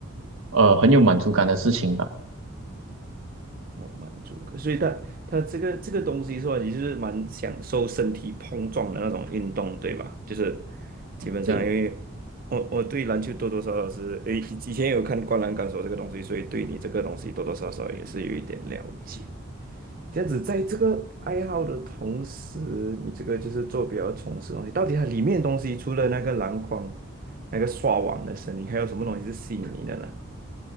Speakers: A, on the right; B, on the right.
A: 呃很有满足感的事情吧。
B: 好满足感，所以他他这个这个东西说来，也就是蛮享受身体碰撞的那种运动，对吧？就是基本上，
A: 对，
B: 因为我我对篮球多多少少是诶，以前有看《灌篮高手》这个东西，所以对你这个东西多多少少也是有一点了解。这样子，在这个爱好的同时，你这个就是做比较从事的东西，到底它里面的东西除了那个篮筐、那个刷网的声音，还有什么东西是吸引你的呢？